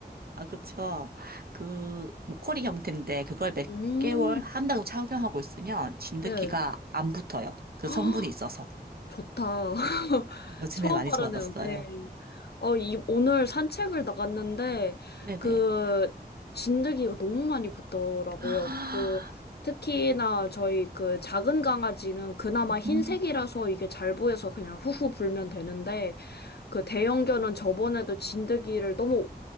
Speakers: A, on the right; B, on the left.
A: 아, 그쵸. 그, 목걸이 형태인데, 그걸 몇
B: 음,
A: 개월, 한 달 정도 착용하고 있으면 진드기가
B: 네.
A: 안 붙어요. 그
B: <gasps>
A: 성분이 있어서.
B: 좋다. <laughs>
A: 요즘에
B: 처음
A: 많이
B: 알아네요.
A: 좋아졌어요.
B: 네. 어, 이, 오늘 산책을 나갔는데,
A: 네네.
B: 그, 진드기가 너무 많이 붙더라고요.
A: 아,
B: 그, 특히나 저희 그 작은 강아지는 그나마
A: 음,
B: 흰색이라서 이게 잘 보여서 그냥 후후 불면 되는데, 그 대형견은 저번에도 진드기를 너무